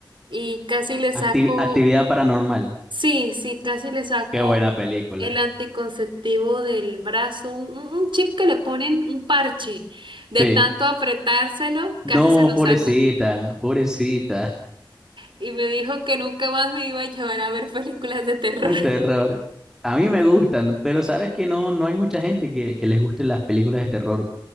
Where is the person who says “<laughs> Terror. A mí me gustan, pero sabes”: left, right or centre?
Centre